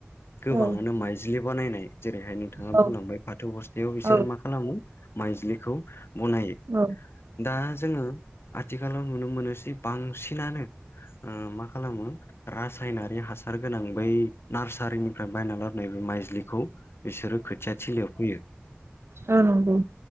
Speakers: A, on the left (about 65°); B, on the right (about 80°).
A: गोबाङानो
B: औ
A: माइज्लि बानायनाय जेरैहाय नोंथाङा
B: औ
A: बुंलांबाय फाथो बस्थायाव बिसोरो
B: औ
A: मा खालामो माइज्लिखौ बनायो
B: औ
A: दा जोङो आथिखालाव नुनो मोनोसै बांसिनानो ओ मा खालामो रासायनारि हासार गोनां बै नार्सारिनिफ्राय बायना लाबोनाय बे माइज्लिखौ बिसोरो खोथिया थिलियाव फोयो
B: ओ नंगौ